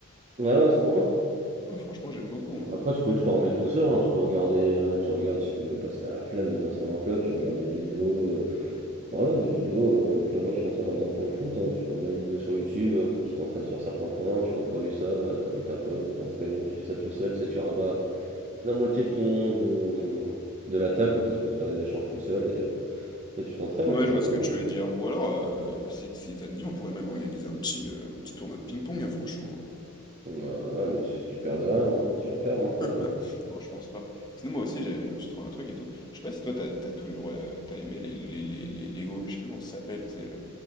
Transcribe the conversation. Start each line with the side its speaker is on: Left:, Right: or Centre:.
Right: Ouais, ouais, à ce point-là.
Left: Ouais, franchement, j'aime beaucoup, hein.
Right: Après, tu peux te former tout seul, hein, tu peux regarder, euh, tu regardes, si tu veux pas, si t'as la flemme de t'inscrire à un club, tu regardes des vidéos, euh, voilà, des vidéos, euh, il y a plein de gens qui font ça par exemple pour le foot, hein, tu regardes des vidéos sur YouTube euh, qui t'entraînent sur certains points, tu reproduis ça, euh, t'invites un pote, vous vous entraînez ou tu fais ça tout seul, tu sais, tu rabats la moitié de ton, de, euh, de la table, comme ça tu peux te faire des échanges tout seul et, et tu t'entraînes,
Left: Ouais,
Right: hein, tout
Left: je
Right: simplement.
Left: vois ce que tu
Right: hein.
Left: veux dire. Ou alors, euh, si, si ça te dit, on pourrait même organiser un petit, euh, un petit tournoi de ping-pong, hein, franchement.
Right: Voilà, mais tu, tu perds de rien, hein, tu vas perdre,
Left: <laughs>
Right: hein, franchement.
Left: Non, je pense pas. Sinon, moi aussi, j'ai- je me suis trouvé un truc et tout. Je sais pas si toi, t'as, t'as toujours euh, t'as aimé les, les, les, les Lego. Je sais plus comment ça s'appelle, c'est... euh,